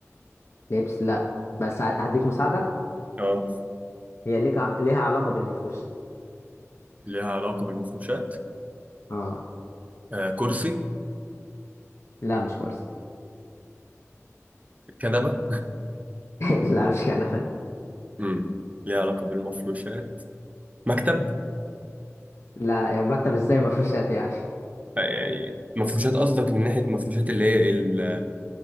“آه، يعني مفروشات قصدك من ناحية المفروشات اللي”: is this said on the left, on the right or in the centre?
Right